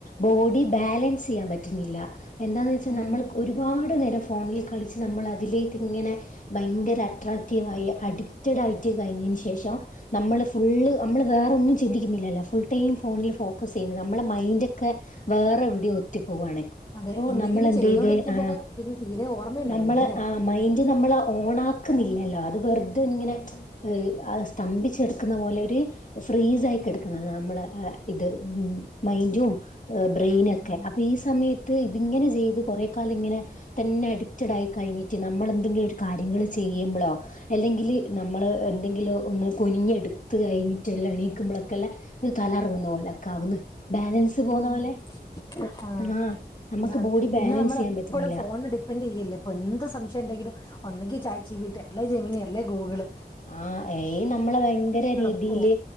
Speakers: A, on the left; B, on the left.
A: ബോഡി ബാലൻസ്സെയ്യാൻ പറ്റുന്നില്ല എന്താന്ന് വെച്ച
B: ഉം
A: നമ്മൾ ഒരുപാട് നേരം ഫോണില് കളിച്ച് നമ്മൾ അതിലേക്ക്ങ്ങനെ ഭയങ്കര അട്രാക്റ്റീവ് ആയി അഡിക്റ്റ്ഡ് ആയിട്ട് കഴിഞ്ഞേന് ശേഷം നമ്മള് ഫുള്ള് നമ്മള് വേറൊന്നും ചിന്തിക്കുന്നില്ലല്ലോ ഫുൾ ടൈം ഫോണിൽ ഫോക്കസ് ചെയ്യുന്നു നമ്മള മൈൻഡോക്കെ വേറെ എവിടെയൊ ഒത്തി പോവാണ്
B: അതെ
A: അപ്പോ
B: എന്തെങ്കിലും
A: നമ്മള് എന്ത്
B: ചെയ്തോണ്ടിരിക്കുമ്പോ
A: ചെയ്ത് ആ
B: ഒക്കെ പിന്നെ തീരെ ഓർമ്മയുണ്ടാവില്ല
A: നമ്മളെ
B: അങ്ങനെയാ
A: ആ മൈൻ ഡ് നമ്മള് ഓണാക്കുന്നില്ലല്ലോ അത് വെർതെ ഇങ്ങനെ അത് സ്തംഭിച്ചെടുക്കുന്ന പോലെ ഒര് ഫ്രീസ് ആയികെടക്കുന്ന നമ്മള ഇത് ഉം മൈൻഡും ബ്രെയിനക്കെ
B: ഉം
A: അപ്പ ഈ സമയത്ത് ഇതിങ്ങനെ ചെയ്ത് കുറെക്കാലം ഇങ്ങനെ തന്നെ അഡിക്റ്റഡ് ആയി കഴിഞ്ഞിട്ട് നമ്മള് എന്തെങ്കിലു ഒരു കാര്യങ്ങൾ ചെയ്യുമ്പളോ അല്ലെങ്കില് നമ്മള് എന്തെങ്കിലോ ഒന്ന് കുനിഞ് എടുത്ത് കഴിഞ്ഞിട്ട്ല്ല എണീക്കുമ്പളക്കള്ള തലറങ്ങുന്ന പോലെക്ക ആവുന്ന് ബാലൻസ് പോകുന്ന
B: ഉം
A: പോലെ
B: ആ
A: ആഹ് നമുക്ക്
B: അതാണ്
A: ബോഡി
B: പിന്നെ
A: ബാലൻസ്
B: നമ്മള്
A: ചെയ്യാൻ പറ്റുന്നില്ല
B: എപ്പളും ഫോൺന് ഡി പ്പന്റയ്യല്ലേ ഇപ്പൊ എന്ത് സംശയണ്ടെങ്കിലും ഒന്നെങ്കി ചാറ്റ് ജി ബി ട്ടി അല്ലേ ജെമിനി അല്ലേ ഗൂഗ്ള്
A: ആ എ അയ് നമ്മള ഭയങ്കര രീതിയില്
B: ഇപ്പോ